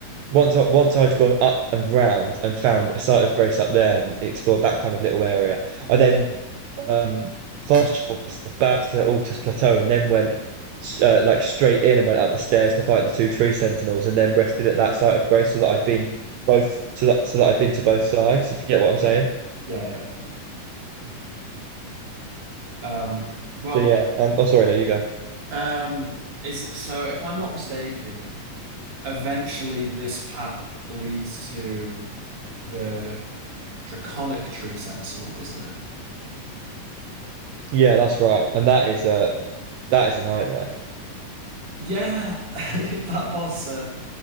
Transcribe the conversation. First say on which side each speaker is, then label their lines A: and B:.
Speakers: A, on the right; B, on the right.
A: once I, once I'd gone up and round and found a site of grace up there and explored that kind of little area, I then um, fast traveled myself back to Altus Plateau and then went uh, like straight in and went up the stairs to fight the two tree sentinels and then rested at that site of grace so that I'd been both so that so that I'd been to both sides, if you get what I'm
B: Yeah,
A: saying.
B: yeah, yeah. Um, well.
A: So yeah, um, oh sorry, no, you go.
B: Um, is so if I'm not mistaken, eventually this path leads to the Draconic Tree Sentinel, doesn't it?
A: Yeah, that's right, and that is uh that is a nightmare.
B: Yeah, <laughs> that boss. Uh,